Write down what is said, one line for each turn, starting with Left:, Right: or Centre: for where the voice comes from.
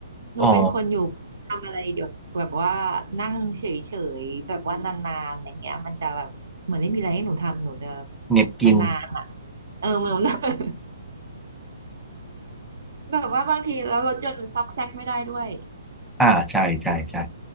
Right: หนูเป็นคนอยู่ทำอะไรเดี๋ยวแบบว่านั่งเฉ
Centre: อ๋อ
Right: ยๆแบบว่านานๆอย่างเงี้ยมันจะแบบเหมือนไม่มีอะไรให้หนูทำหนูจะ
Centre: เหน็บกิน
Right: มันนานอ่ะเออมันนาน แบบว่าบางทีแล้วรถยนต์มันซอกแซกไม่ได้ด้วย
Centre: อ่าใช่ใช่ใช่